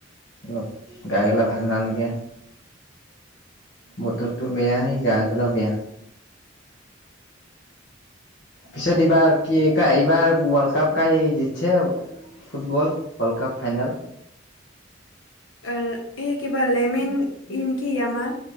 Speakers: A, on the left; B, on the left.
A: অলপ গা গিলা ভাল নালাগে। বতৰটো বেয়া, হে গা গিলাও বেয়া। পিছত এইবাৰ কিক কা এইবাৰ ৱৰ্ল্ডকাপ কাই জিতছে, ফুটবল ৱৰ্ল্ড কাপ ফাইনাল?
B: এ, এই কিবা লেমেন ই নেকি য়ামাৰ।